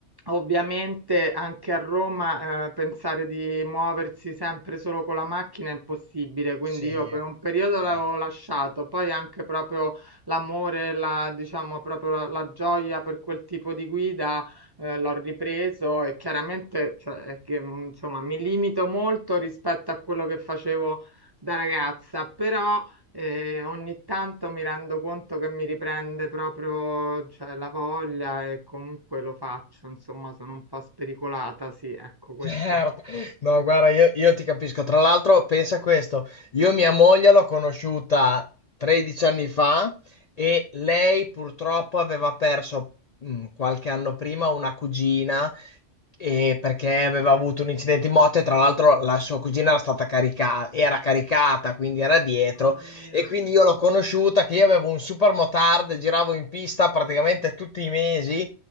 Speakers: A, on the right; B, on the left.
A: Ovviamente anche a Roma, eh, pensare di muoversi sempre solo con la macchina è impossibile, quindi
B: Sì,
A: io per un periodo
B: eh,
A: l'avevo lasciato, poi anche proprio l'amore, la, diciamo proprio la, la gioia per quel tipo di guida, eh, l'ho ripreso e chiaramente, cioè, è che, mh, insomma, mi limito molto rispetto a quello che facevo da ragazza, però e ogni tanto mi rendo conto che mi riprende proprio, cioè, la voglia e comunque lo faccio, insomma, sono un po' spericolata, sì, ecco questo.
B: Certo. No, guarda, io, io ti capisco. Tra l'altro, pensa a questo, io mia moglie l'ho conosciuta 13 anni fa e lei purtroppo aveva perso mh, qualche anno prima una cugina e perché aveva avuto un incidente in moto e tra l'altro la sua cugina era stata caricata, era caricata, quindi era dietro
A: Mamma mia.
B: e quindi io l'ho conosciuta che io avevo un super motard, giravo in pista praticamente tutti i mesi